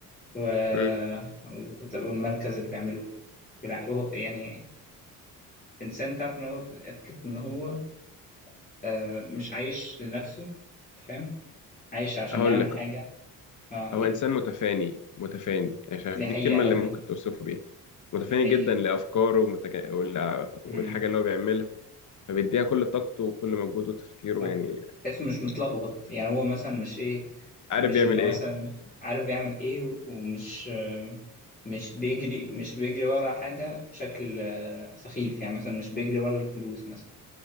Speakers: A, on the left; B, on the left.
A: و...
B: امم
A: وت- والمركز اللي بيعمله والع- وهو يعني انسان تعرف ان هو فكره ان هو آه، مش عايش لنفسه أنت فاهم عايش عشان
B: هقول
A: يعمل
B: لك
A: حاجه اه قول
B: هو إنسان متفاني متفاني يعني شايف
A: دي حقيقه
B: دي الكلمة
A: قوي
B: اللي ممكن توصفه بيها متفاني
A: دي حقيقة
B: جدا لأفكاره ومتك... وال- والحاجة
A: امم
B: اللي هو بيعملها فبيديها كل طاقته وكل مجهوده وتفكيره
A: صح
B: يعني
A: تحسه مش متلخبط يعني هو مثلا مش ايه
B: عارف
A: مش
B: يعمل
A: انه
B: إيه
A: مثلا عارف يعمل ايه ومش مش بيجري مش بيجري ورا حاجة بشكل آه، سخيف يعني مثلا مش بيجري ورا الفلوس مثلا